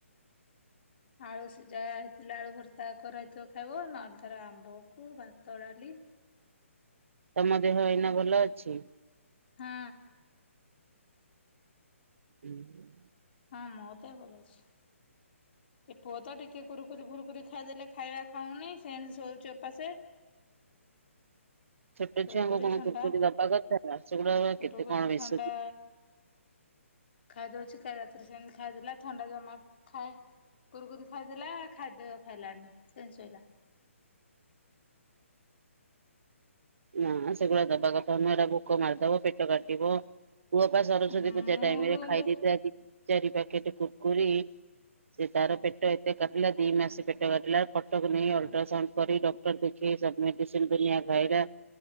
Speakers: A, on the left; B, on the right.
A: ଆଳୁ ସିଝା ହେଇଥିଲେ ଆଳୁ ଭର୍ତ୍ତା କରା ହେଇଥିବ ଖାଇବ ନହେଲେ ତାର ଆମ୍ବକୁ ଭାତ, ଡାଲି
B: ତମ ଦେହ ଏଇନା ଭଲ ଅଛି?
A: ହୁଁ।
B: ଉଁ ହୁଁ ‌
A: ହଁ ମୋଦେହ ଭଲ ଅଛି। ଏ ପୁଅତ ଟିକେ କୁରୁକୁରି ଫୁରୁକୁରି ଖାଇଦେଲେ ଖାଇବା ଖାଉନି ସେମିତି ଶୋଉଚି ଓପାସେ।
B: ଛୋଟ
A: କୁରୁକୁରି
B: ଛୁଆଙ୍କୁ କଣ
A: ଥଣ୍ଡା
B: କୁୁରକୁରି ଦବା କଥା ସେଗୁଡା କେତେ
A: କୁରୁକୁରି
B: କଣ ମିଶୁଛି।
A: ଥଣ୍ଡା ଖାଇଦଉଚି କାଲି ରାତିରେ ସେମିତି ଖାଇଦେଲା ଥଣ୍ଡା ଜମା ଥାଏ କୁରୁକୁରି ଖାଇଦେଲା ଖାଦ୍ୟ ଖାଇଲାନି ସେମିତି ଶୋଇଲା।
B: ନା ସେଗୁଡ଼ା ଦବା କଥା ନୁହଁ ହେରା ଭୋକ ମାରିଦବ ପେଟ କାଟିବ ପୁଅପା ସରସ୍ଵତୀ
A: ମୁଁ
B: ପୂଜା ଟାଇମରେ
A: ରୁମରେ
B: ଖାଇ ଦେଇଥିଲା ଦି ଚାରି ପ୍ୟାକେଟ କୁକୁରି ସେ ତାର ପେଟ ଏତେ କାଟିଲା ଦି ମାସେ ପେଟ କାଟିଲା କଟକ ନେଇ ଅଲଟ୍ରାସାଉଣ୍ଡ କରି ଡ ଦେଖି ସବୁ ମେଡ଼ିସିନ୍ ଦୁନିଆ ଖାଇଲା